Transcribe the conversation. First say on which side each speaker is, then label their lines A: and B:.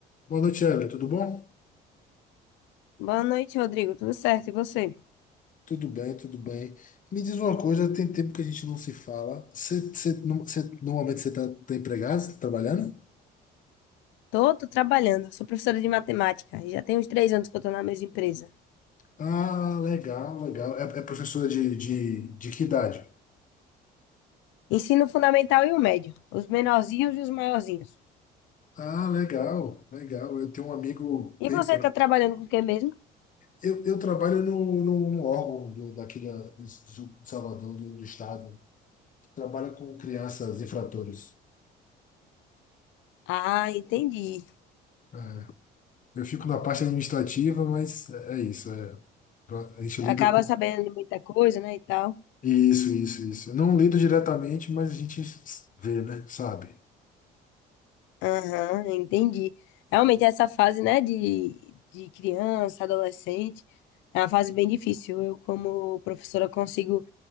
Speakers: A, on the left (about 45°); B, on the left (about 80°).
A: Boa noite, Evelyn. Tudo bom?
B: Boa noite, Rodrigo. Tudo certo? E você?
A: Tudo bem, tudo bem. Me diz uma coisa, tem tempo que a gente não se fala. Você, você, no- você- normalmente você está tá tá empregado, você tá trabalhando?
B: Tô, tô trabalhando. Sou professora de matemática. e Já tem uns três anos que eu tô na mesma empresa.
A: Ah, legal, legal. É, é professora de, de, de que idade?
B: Ensino fundamental e o médio. Os menorzinhos e os maiorzinhos.
A: Ah, legal, legal. Eu tenho um amigo
B: E
A: bem...
B: você
A: pro-
B: tá trabalhando com o que mesmo?
A: Eu, eu trabalho no, no, no órgão do, daqui da, de, Su- de Salvador, do, do estado. Trabalho com crianças infratores.
B: Ah, entendi.
A: É, Eu fico na parte administrativa, mas é é isso. é- pra- a gente lida
B: Acaba
A: com
B: sabendo de muita coisa, né, e tal.
A: Isso, isso, isso. eu Não lido diretamente, mas a gente vê, né? Sabe?
B: Aham, entendi. Realmente essa fase, né, de, de criança, adolescente, é uma fase bem difícil. Eu, como professora, consigo